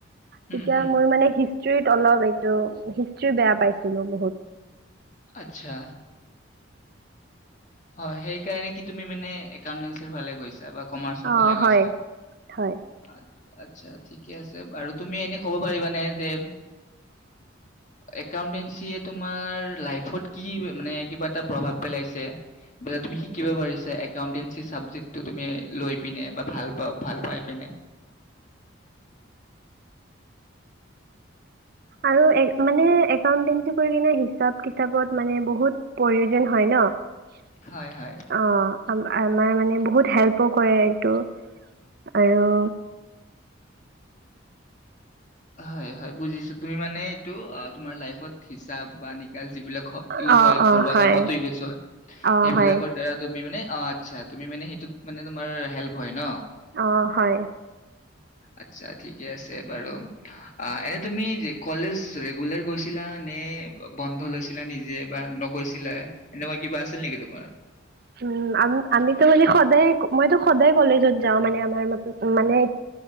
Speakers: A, on the left (about 40°); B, on the right (about 50°).
A: হুম,
B: তেতিয়া
A: হুম।
B: মোৰ মানে হিষ্ট্ৰত অলপ হিষ্ট্ৰ্ৰী বেয়া পাইছিলো বহুত
A: আচ্ছা হয় সেই কাৰণে কি তুমি মানে একাউটে ফালে গৈছা বা কমাৰ্চৰ
B: অ
A: ফালে গৈছা?
B: হয় হয়
A: আচ্ছা, আচ্ছা ঠিকে আছে আৰু তুমি এনে ক'ব পাৰিবানে যে একাউন্টেঞ্চিয়ে তোমাৰ লাইফত কি মানে কিবা এটা প্ৰভাৱ পেলাইছে তুমি শিকিব পাৰিছা একাউন্টেঞ্চি চাবজেক্টটো তুমি লৈ পিনে বা ভাল পা ভাল পাই পিনে
B: আৰু মানে একাউটে কৰি কি হিচাপ কিতাপত মানে বহুত প্ৰয়োজন হয় ন
A: হয়, হয়।
B: অ আ আমাৰ মানে বহুত হেল্পো কৰে এইটো আৰু
A: হয় হয় বুজিছো তুমি মানে এইটো অ তোমাৰ লাইফত হিচাব বা নিকচ যিবিলাক
B: অ',
A: ইউজ হয়
B: অ',
A: ঘৰুৱা
B: হয়,
A: কামতো ইউজ হয়
B: অ',
A: সেইবিলাকৰ
B: হয়,
A: দ্বাৰা তুমি মানে অ আচ্ছা তুমি মানে সেইটোত মানে তোমাৰ হেল্প হয় ন
B: অ হয়
A: আত্ছা ঠিকে আছে বাৰু অ এনে তুমি যে কলেজ ৰেগুলাৰ গৈছিলা নে বন্ধ লৈছিলা নিজে বা নগৈছিলা এনেকুৱা কিবা আছিল নেকি তোমাৰ
B: উ আমি ত মানই সদায় কলেজত জাও মানে আমাৰ মানে